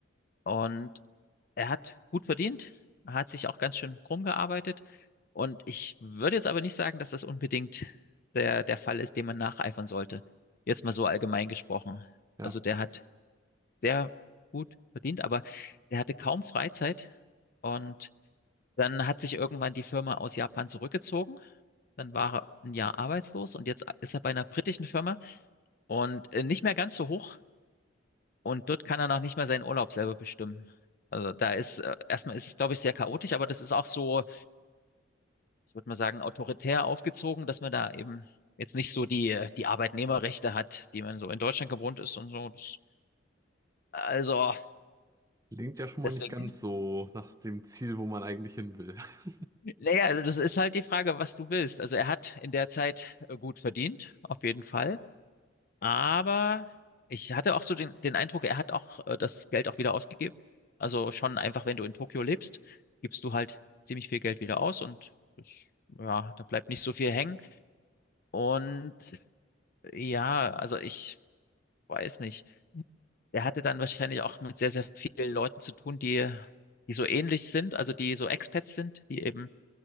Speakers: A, on the left; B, on the right.
A: Und er hat gut verdient, er hat sich auch ganz schön krumm gearbeitet. Und ich würde jetzt aber nicht sagen, dass das unbedingt der, der Fall ist, dem man nacheifern sollte. Jetzt mal so allgemein gesprochen.
B: Ja.
A: Also der hat sehr gut verdient, aber der hatte kaum Freizeit und dann hat sich irgendwann die Firma aus Japan zurückgezogen. Dann war er ein Jahr arbeitslos und jetzt ist er bei einer britischen Firma und äh, nicht mehr ganz so hoch. Und dort kann er noch nicht mal seinen Urlaub selber bestimmen. Also da ist, äh, erstmal ist es, glaube ich, sehr chaotisch, aber das ist auch so, ich würde mal sagen, autoritär aufgezogen, dass man da eben jetzt nicht so die, äh, die Arbeitnehmerrechte hat, die man so in Deutschland gewohnt ist und so. Das, also,
B: Klingt ja schon
A: deswegen,
B: mal nicht ganz so nach dem Ziel, wo man eigentlich hin will. <laughs>
A: <laughs> naja, also das ist halt die Frage, was du willst. Also er hat in der Zeit äh, gut verdient, auf jeden Fall. Aber ich hatte auch so den, den Eindruck, er hat auch äh, das Geld auch wieder ausgegeben. Also schon einfach, wenn du in Tokio lebst, gibst du halt ziemlich viel Geld wieder aus und das, ja, da bleibt nicht so viel hängen. Und ja, also ich weiß nicht. Er hatte dann wahrscheinlich auch mit sehr, sehr vielen Leuten zu tun, die, die so ähnlich sind, also die so Expats sind, die eben